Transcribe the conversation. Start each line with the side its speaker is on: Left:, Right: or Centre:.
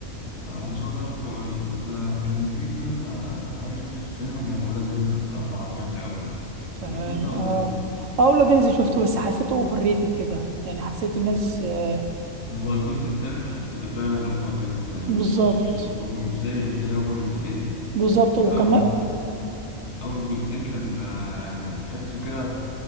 Left: فان شاء الله اشوفه قريب بس آه، كان في فيلم آه، اخر حاجه شفته في السينما كان ولاد رزق الصراحه عجبني قوي يعني
Right: تمام
Left: شفته انت ولا
Right: اه
Left: إيه؟
Right: اه ولاد رزق شفته بس حسيته اوفر ريتد كده يعني حسيت الناس آه
Left: هو الجزء التالت حسيته فعلا اوفر ريتد يعني مش
Right: بالظبط
Left: مش اللي هو مش زي مش زي اول جزئين
Right: بالظبط وكمان
Left: اول اول جزئين كان آه، يعني تحسه كده